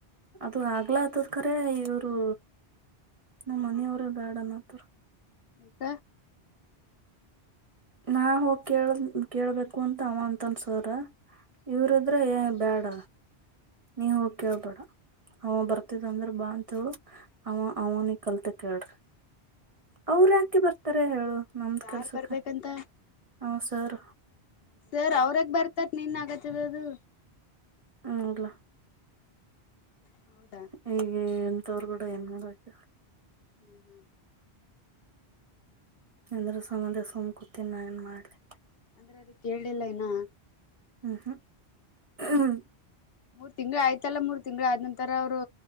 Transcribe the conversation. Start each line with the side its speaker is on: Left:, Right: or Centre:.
Right: ಅದು ಆಗ್ಲಾ ಅದದ ಕರ ಇವರು ನಮ್ಮ್ ಮನೆಯವ್ರ ಬೇಡ ಅನ್ನಾಕತ್ತಾರ
Left: ಊಟ
Right: ನಾ ಹೋಗಿ ಕೇಳ ಕೇಳಬೇಕು ಅಂತ ಅವ ಅಂತನ್ ಸರ
Left: ಹ್ಮ
Right: ಇವ್ರದ್ರ ಬ್ಯಾಡ ನೀ ಹೋಗ್ ಕೇಳ್ಬೇಡ ಅವ ಬರ್ತಿದ ಅಂದ್ರ ಬಾ ಅಂತ ಹೇಳು ಆವಾ ಅವನಿ ಕಲ್ತಕೇಳ್ರಿ ಅವ್ರ್ ಯಾಕ್ ಬರ್ತಾರ ಹೇಳು ನಮ್ದ
Left: ಯಾರ್
Right: ಕೆಲ್ಸಕ್ಕ
Left: ಬರ್ಬೇಕಂತ
Right: ಹ ಸಾರ
Left: ಸರ್ ಅವ್ರ್ ಯಾಕ್ ಬರ್ತಾರ ನಿನ್ ಆಗತ್ತದ ಅದು
Right: ಹ್ಮ
Left: ಹೌದಾ
Right: ಹೀಗೆ ಎಂತವ್ರು ಕೂಡ ಏನ್ ಮಾಡಕ
Left: ಹ್ಮ್ ಹ್ಮ್
Right: ಎಂದ್ರ ಸಮುದ್ರ ಸುಮಕುತ್ತೇ ನಾ ಏನ್ ಮಾಡ್ಲಿ
Left: ಅಂದ್ರೆ ಅದ ಕೇಳಿಲ್ಲ ಇನ್ನ
Right: ಹ್ಮ್ ಹಾ ಹ್ಮ
Left: ಮೂರು ತಿಂಗಳು ಆಯ್ತಲ್ಲ ಮೂರು ತಿಂಗಳ ಆದ ನಂತರ ಅವರು